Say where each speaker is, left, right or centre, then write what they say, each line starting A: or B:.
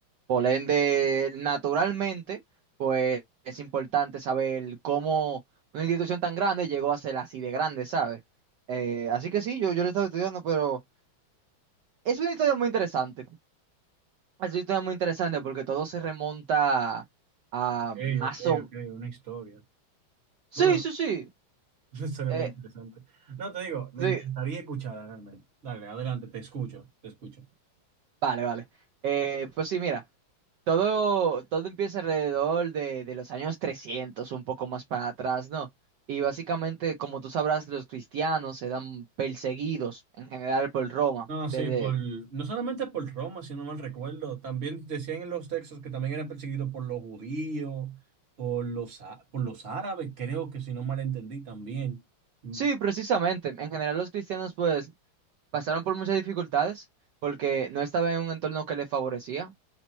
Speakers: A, on the right (about 65°); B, on the right (about 35°).
A: Por ende, naturalmente, pues es importante saber cómo una institución tan grande llegó a ser así de grande, ¿sabes? Eh, así que sí, yo, yo lo estaba estudiando, pero es una historia muy interesante. Es una historia muy interesante porque todo se remonta a
B: Ok,
A: más
B: ok,
A: o...
B: ok, una historia.
A: Sí,
B: Bueno,
A: sí, sí.
B: <laughs> una historia
A: Eh,
B: muy interesante. No, te digo, me
A: sí,
B: encantaría escucharla realmente. Dale, adelante, te escucho, te escucho.
A: vale, vale. Eh, pues sí, mira. Todo, todo empieza alrededor de, de los años 300 un poco más para atrás, ¿no? Y básicamente, como tú sabrás, los cristianos se dan perseguidos en general por Roma.
B: No, sí,
A: Desde...
B: por, no solamente por Roma, si no mal recuerdo, también decían en los textos que también eran perseguidos por los judíos, por los, á- por los árabes, creo que si no mal entendí también. No
A: Sí, precisamente. En general, los cristianos, pues, pasaron por muchas dificultades porque no estaban en un entorno que les favorecía.